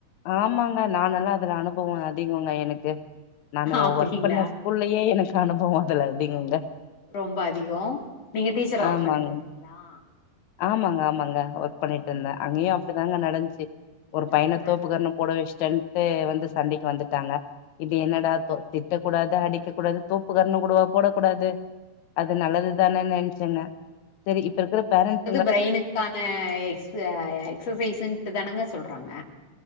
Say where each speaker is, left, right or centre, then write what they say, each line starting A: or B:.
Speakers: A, on the left (about 85°); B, on the left (about 45°).
A: ஆமாங் நானல்லாம் அதுல அனுபவம் அதிகங்க என் நெக்கு நானு
B: அப்டிங்களா
A: ஒர்க் பண்ண ஸ்கூல்லயே எனக் அனுபவம் அதுல அதிகங்க
B: ரொம்ப அதிகோ நீங்க டீச்சர் ஒர்க்
A: ஆமாங்க
B: பண்ணிட்டு ந்தீங்களா
A: ஆமாங்க ஆமாங்க பண்ணிட்டு இருந்தே
B: ஆ
A: அங்கேயும் அப்டிதாங்க
B: சேரி சேரி
A: நடந்ச்சு ஒரு பையன
B: ஆ
A: தோப்புக்கரணம்
B: ஆ
A: போட வச் டென்ந்த் வந்து சண்டைக்கு வந்துட்டாங்க இது என்னடாத்தோ திட்டக் கூடாது அடிக்க கூடாது தோப்பு கரணங் கூடவா போடக்கூடாது அது நல்லதுதானே நென்ச்செங்க சரி இப்ப இருக்கிற பேரண்ஸ்
B: ப்ரெயினுக்கான எக்ஸ் எக்ஸசைசுண்டு தானங்க சொல் ட்றங்க